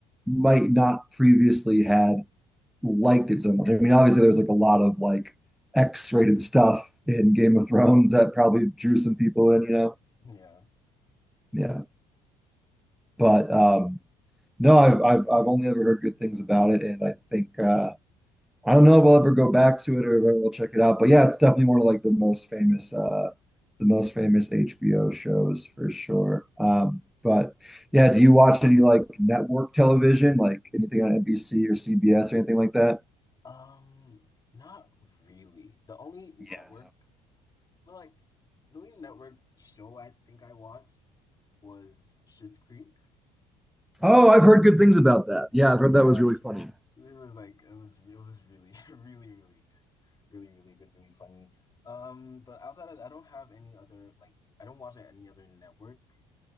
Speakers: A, in the centre; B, on the left (about 25°).
A: might not previously had liked it so much. I mean, obviously there's like a lot of like X-rated stuff in Game of Thrones that probably drew some people in, you know?
B: uh, Yeah.
A: Yeah. But um no, I've I've I've only ever heard good things about it, and I think uh I don't know if we will ever go back to it or if we will check it out, but yeah, it's definitely one of like the most famous, uh, the most famous HBO shows for sure. Um, but yeah, do you watch any like network television, like anything on NBC or CBS or anything like that?
B: Um, not really. The only network,
A: Yeah,
B: but like the only network show I think I watched was Schitt's Creek.
A: Oh, I've heard good things about that. Yeah, I've heard
B: Yeah,
A: that was really
B: Schitt's,
A: no. funny.
B: Schitt's Creek was like it was it was really <laughs> really really good, really really good, really funny. Um, but outside of that, I don't have any other like I don't watch like, any other network